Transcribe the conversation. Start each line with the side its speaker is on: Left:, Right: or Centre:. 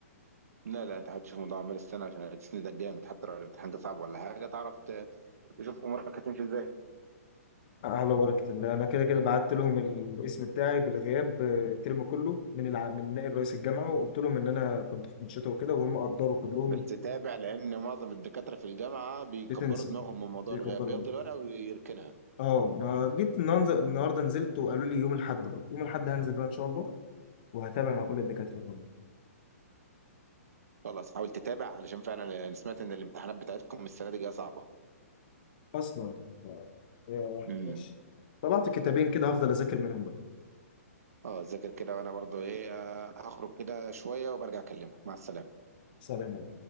Right: لا لا انت هتشوف الموضوع عمال السنة عشان هتسندك جامد حتى لو الامتحان كان صعب ولا حاجة تعرف ت- تشوف امورك هتمشي ازاي
Left: أعلى بركة الله أنا كده كده بعت لهم الاسم بتاعي بالغياب آه، الترم كله من الع... من نائب رئيس الجامعة وقلت لهم إن أنا كنت في أنشطة وكده وهم قدروا كلهم
Right: بس تابع لان معظم الدكاترة في الجامعة بيكبروا
Left: بتنسى
Right: دماغهم من موضوع
Left: بيقدروا
Right: الغياب بياخدوا
Left: جدا.
Right: الورقة ويركنها
Left: اه ما جيت النهارده النهاردة نزلت وقالوا لي يوم الأحد بقى يوم الأحد هنزل بقى إن شاء الله وهتابع مع كل الدكاترة
Right: خلاص حاول تتابع علشان فعلا انا سمعت ان الامتحانات بتاعتكم السنة دي جاية صعبة
Left: اصلا آه، يا
Right: امم
Left: ماشي طبعت كتابين كده هفضل اذاكر منهم بقى
Right: اه ذاكر كده وانا برضو ايه آه، هخرج كده شوية وبرجع اكلمك مع السلامة
Left: سلام